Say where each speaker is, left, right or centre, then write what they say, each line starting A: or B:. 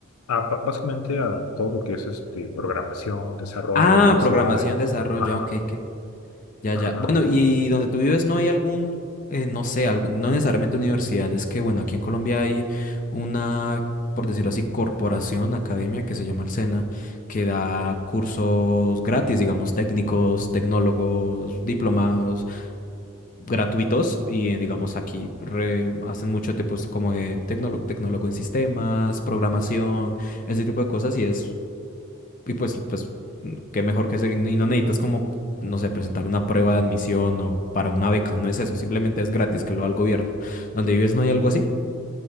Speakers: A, on the left; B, on the left.
A: a ba- básicamente a todo lo que es este programación, desarrollo,
B: Ah,
A: UX
B: programación,
A: UI.
B: desarrollo,
A: Ajá,
B: ok, ok. Ya,
A: ajá.
B: ya. Bueno, y donde tú vives no hay algún, eh, no sé, algún, no necesariamente universidad. Es que, bueno, aquí en Colombia hay una, por decirlo así, corporación, academia que se llama el SENA, que da cursos gratis, digamos, técnicos, tecnólogos, diplomados, gratuitos. Y, eh, digamos, aquí re- hacen mucho tipos como de tecnólogo, tecnólogo en sistemas, programación ese tipo de cosas y es Y pues, pues, qué mejor que se- Y no necesitas como, no sé, presentar una prueba de admisión o para una beca, no es eso, simplemente es gratis que lo da el gobierno. ¿Donde vives no hay algo así?